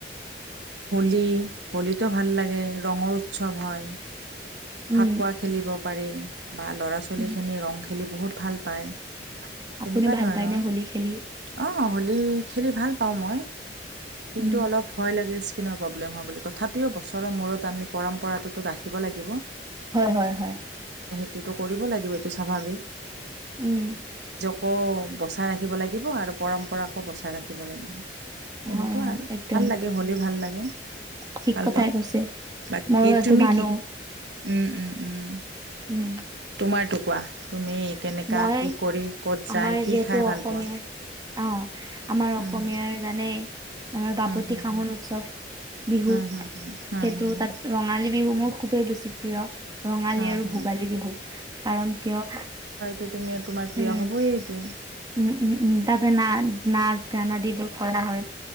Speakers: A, on the right; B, on the right.
A: হোলী, হোলীতো ভাল লাগে ৰঙৰ উৎসৱ হয়।
B: উম
A: ফাকুৱা খেলিব পাৰি বা ল'ৰা- ছোৱালীখিনি
B: উম
A: ৰং খেলি বহুত ভাল পায়। তেনেকুৱা
B: আপুনি ভাল
A: ধৰণৰ,
B: পায়নে হোলী খেলি
A: আহ হলী খেলি ভাল পাওঁ মই। কিন্তু
B: উম,
A: অলপ ভয় লাগে ইচ কিণৰ প্ৰব্লেম হয় বুলি তথাপিও বছৰৰ মূৰত আমি পৰম্পৰা তত আহিব লাগিব
B: হয় হয় হয়।
A: এইটোটো কৰিব লাগিব এইটো স্বাভাৱিক।
B: উম।
A: আকৌ বচাই ৰাখিব লাগিব আৰু পৰম্পৰাকো বচাই ৰাখিব লাগিব। তেনেকুৱা
B: হয়, হয়,
A: আৰু
B: একদম
A: ভাল লাগে হলী ভাল লাগে।
B: ঠিক
A: ভাল
B: কথাই
A: পাওঁ,
B: কৈছে।
A: বাকী
B: ময়ো এইটো
A: তুমি
B: মানো,
A: কি? উম উম উম।
B: উম।
A: তোমাৰ টুকুৰা তুমি, কেনেকা
B: মই
A: কি কৰি ক'ত
B: আমাৰ
A: যায় কি
B: যিহেতু
A: খাই
B: অসমীয়াৰ
A: ভাল পোৱা?
B: অ আমাৰ
A: হুম
B: অসমীয়াৰ জানে বাপতি
A: হুম হুম
B: শাহোন
A: হুম
B: উৎসৱ বিহু,
A: হুম হুম হুম হুম
B: সেইটো
A: হুম হুম
B: তাত ৰঙালী বিহু মোৰ খুবেই বেছি প্ৰিয়। ৰঙালী
A: হুম
B: আৰু
A: হুম
B: ভোগালী বিহু কাৰণ কিয়?
A: টো তুমি তোমাৰ প্ৰিয়
B: উম,
A: হ'বই এইটো।
B: উম উম উম তাতে না নাচ গান আদিবোৰ কৰা হয়।